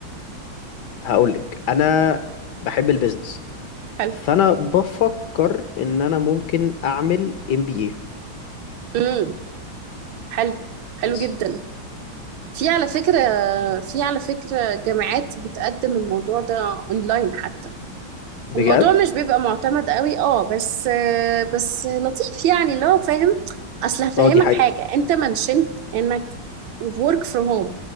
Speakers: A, on the left; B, on the right.
A: هقولك انا بحب البيزنس
B: حلو
A: فانا بفكر ان انا ممكن اعمل ام بي اي
B: امم حلو حلو
A: يس
B: جدا في على فكرة في على فكرة جامعات بتقدم الموضوع ده اونلاين حتى
A: بجد
B: الموضوع مش بيبقى معتمد قوي اه بس آه، بس لطيف يعني اللي هو فاهم اصل هفهمك
A: اه دي حقيقة
B: حاجه انت منشنت انك work from home